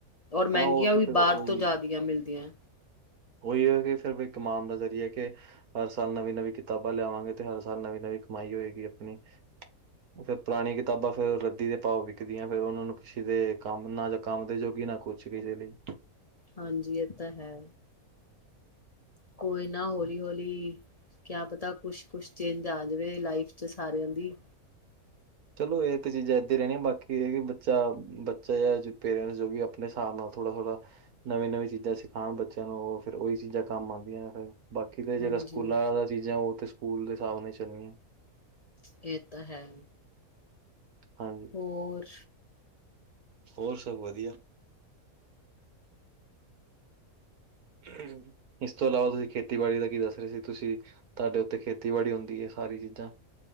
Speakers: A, on the left (about 40°); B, on the right (about 80°).
A: ਔਰ ਮਹਿੰਗੀਆਂ
B: ਹਾਂ ਉਹ ਤੇ
A: ਵੀ
B: ਫਿਰ ਉਹੀ
A: ਬਾਹਰ ਤੋਂ ਜ਼ਿਆਦੀਆਂ ਮਿਲਦੀਆਂ
B: ਉਹੀ ਹੈ ਕਿ ਫਿਰ ਵੀ ਕਮਾਉਣ ਦਾ ਜ਼ਰੀਆ ਕਿ ਹਰ ਸਾਲ ਨਵੀਂ- ਨਵੀਂ ਕਿਤਾਬਾਂ ਲਿਆਵਾਂਗੇ ਤੇ ਹਰ ਸਾਲ ਨਵੀਂ- ਨਵੀਂ ਕਮਾਈ ਹੋਏਗੀ ਆਪਣੀ ਉਹ ਫਿਰ ਪੁਰਾਣੀ ਕਿਤਾਬਾਂ ਫੇਰ ਰੱਦੀ ਦੇ ਭਾਵ ਵਿਕਦੀਆਂ, ਫਿਰ ਉਹਨਾ ਨੂੰ ਕਿਸੇ ਦੇ ਕੰਮ ਨਾ ਜਾਂ ਕੰਮ ਦੇ ਜੋਗੀ ਨਾ ਕੁਛ ਕਿਸੇ ਲਈ
A: ਹਾਂਜੀ ਇਹ ਤਾਂ ਹੈ ਕੋਈ ਨਾ ਹੋਲੀ- ਹੋਲੀ ਕਿਆ ਪਤਾ ਕੁਛ- ਕੁਛ ਚੇਂਜ ਆ ਜਾਵੇ ਲਾਈਫ ਚ ਸਾਰਿਆਂ ਦੀ
B: ਚਲੋ ਇਹ ਚੀਜ਼ਾਂ ਏਦਾਂ ਰਹਿਣੀਆਂ, ਬਾਕੀ ਇਹ ਕਿ ਬੱਚਾ, ਬੱਚਾ ਜਾਂ ਪੇਰੈਂਟਸ ਜੋ ਵੀ ਆਪਣੇ ਹਿਸਾਬ ਨਾਲ ਥੋੜਾ- ਥੋੜਾ ਨਵੀ- ਨਵੀ ਚੀਜ਼ਾਂ ਸਿਖਾਉਣ ਬੱਚਿਆਂ ਨੂੰ ਉਹ ਫਿਰ ਉਹੀ ਚੀਜ਼ਾਂ ਕੰਮ ਆਉਂਦੀਆਂ ਫਿਰ ਬਾਕੀ ਤੇ ਜਿਹੜਾ
A: ਹਾਂਜੀ
B: ਸਕੂਲਾਂ ਦਾ ਚੀਜ਼ਾਂ ਉਹ ਤੇ ਸਕੂਲ ਦੇ ਹਿਸਾਬ ਨਾਲ ਚੱਲਣੀਆਂ
A: ਏ ਤਾ ਹੈ।
B: ਹਾਂਜੀ
A: ਹੋਰ
B: ਹੋਰ ਸਬ ਵਦੀਆ। <inaudible> ਇਸ ਤੋਂ ਇਲਾਵਾ ਤੁਸੀਂ ਖੇਤੀਬਾੜੀ ਦਾ ਕੀ ਦੱਸ ਰਹੇ ਸੀ ਤੁਸੀਂ ਤੁਹਾਡੇ ਉੱਤੇ ਖੇਤੀਬਾੜੀ ਹੁੰਂਦੀ ਹੈ ਸਾਰੀ ਚੀਜ਼ਾਂ